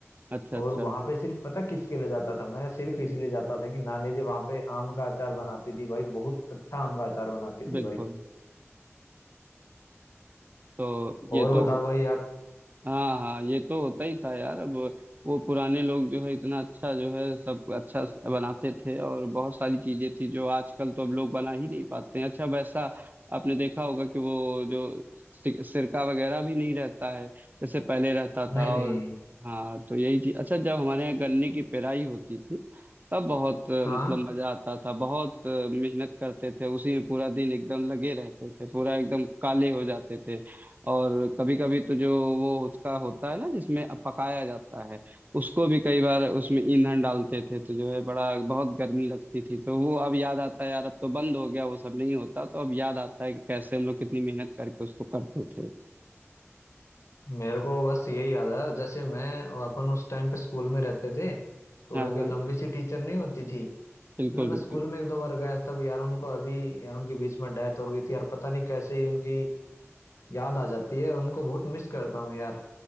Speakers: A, on the right (about 35°); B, on the left (about 75°).
A: अच्छा
B: और
A: अच्छा
B: वहां पे सिर्फ पता किसके लिए जाता था मैं सिर्फ इसीलिए जाता था कि नानी जी वहां पे आम का अचार बनाती थी भाई बहुत अच्छा आम का अचार बनाती थी
A: बिल्कुल
B: भाई
A: तो ये
B: और बताओ
A: तो
B: भाई आप
A: हाँ हाँ ये तो होता ही था यार अब वो पुराने लोग जो है इतना अच्छा जो है सब अच्छा स- बनाते थे और बहुत सारी चीजें थी जो आजकल तो अब लोग बना ही नहीं पाते हैं अच्छा वैसा आपने देखा होगा कि वो जो सि- सिरका वगैरह भी नहीं रहता है जैसे पहले रहता
B: नहीं
A: था
B: नहीं
A: और हाँ तो यही चीज अच्छा जब हमारे यहाँ गन्ने की पेराई होती थी तब बहुत अ,
B: हाँ
A: मतलब मजा आता था बहुत अ, मेहनत करते थे उसी में पूरा दिन एकदम लगे रहते थे पूरा एकदम काले हो जाते थे और कभी कभी तो जो वो उसका होता है ना जिसमें पकाया जाता है उसको भी कई बार उसमें ईंधन डालते थे तो जो है बड़ा बहुत गर्मी लगती थी तो वो अब याद आता है यार अब तो बंद हो गया वो सब नहीं होता तो अब याद आता है कि कैसे हम लोग कितनी मेहनत करके उसको करते थे
B: मेरे को बस यही याद आया जैसे मैं अपन उस टाइम पे स्कूल में रहते थे तो
A: हाँ
B: एक
A: हाँ
B: लंबी सी टीचर नहीं होती थी
A: बिल्कुल
B: मतलब मैं
A: बिल्कुल
B: स्कूल में एक दो बार गया तब यार उनको अभी यार उनकी बीच में डेथ हो गई थी यार पता नहीं कैसे ही उनकी याद आ जाती है उनको बहुत मिस करता हूँ यार